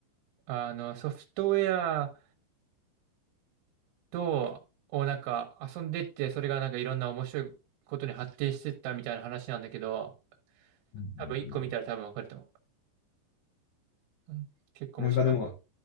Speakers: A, on the right (about 85°); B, on the left (about 90°).
A: あの、ソフトウェアと、をなんか遊んでって、それがなんかいろんな面白いことに発展してったみたいな話なんだけど、
B: うんうんうん
A: 多分一個見たら多分わかると思う。うん結構面白い。
B: なんかでも、